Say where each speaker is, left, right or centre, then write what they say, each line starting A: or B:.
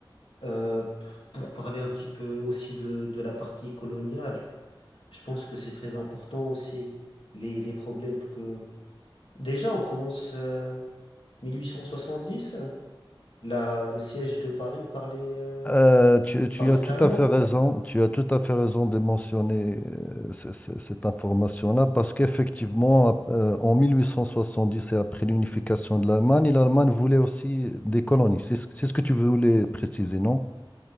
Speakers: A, on the left; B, on the left.
A: Euh, p- pour parler un petit peu aussi de, de la partie coloniale. Je pense que c'est très important aussi, les, les problèmes que... Déjà, on commence euh, 1870, la, le siège de Paris par les, euh,
B: Euh, tu, tu
A: par les
B: as tout
A: Allemands.
B: à fait raison, tu as tout à fait raison de mentionner euh, ce- ce- cette information-là parce qu'effectivement, ap- euh, en 1870 et après l'unification de l'Allemagne, l'Allemagne voulait aussi des colonies. C'est ce, c'est ce que tu voulais préciser, non?